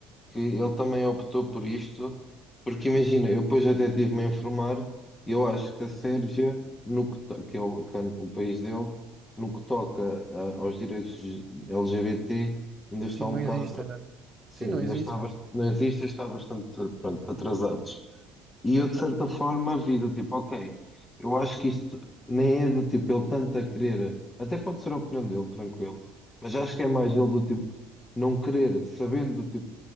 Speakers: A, on the left (about 20°); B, on the right (about 35°).
A: que ele também optou por isto, porque imagina, eu depois até estive-me a informar, eu acho que a Sérvia, no que, to- que é o, que é o país dele, no que toca a- aos direitos LGBT, ainda
B: Sim,
A: está um
B: não
A: bocado
B: existe,
A: atrasado.
B: né?
A: Sim,
B: Sim, não
A: ainda
B: existe.
A: está bast- nas listas está bastante, pronto, atrasados. E eu, de certa forma, vi do tipo, ok, eu acho que isto nem é do tipo ele tanto a querer, até pode ser a opinião dele, tranquilo, mas acho que é mais ele do tipo não querer, sabendo do tipo